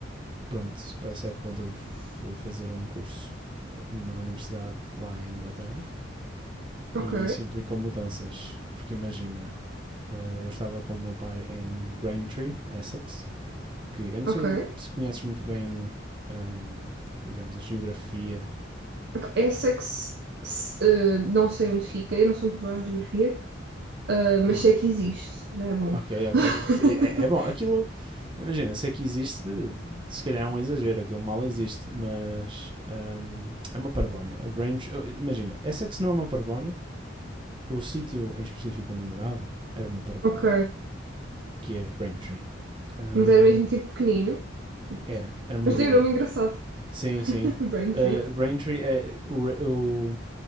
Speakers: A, on the right; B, on the right.
A: pronto, a certo ponto eu fui fazer um curso numa universidade lá em Inglaterra.
B: ok,
A: E isso implicou mudanças. Porque imagina, ah, eu estava com o meu pai em Braintree, Essex que eu não
B: ok.
A: sei se conheces muito bem, hum, digamos, a geografia.
B: Epá, Essa é que se, eh, não sei onde fica, eu não sou muito boa em geografia, eh, mas
A: Hum,
B: sei que existe, já é bom.
A: ok, ok.
B: <laughs>
A: É, é bom. Aquilo, imagina, sei que existe, se calhar é um exagero, aquilo mal existe, mas hum, é uma parvónia. A Braintree, oh, imagina, essa é que se não é uma parvónia, o sítio em específico onde eu morava era uma parvónia,
B: Ok,
A: que é Braintree. Hum,
B: mas era mesmo tipo pequenino, tipo-
A: era, era uma
B: mas
A: vila.
B: tem um nome engraçado, <laughs>
A: Sim, sim.
B: Braintree.
A: Uh, Braintree é o, o,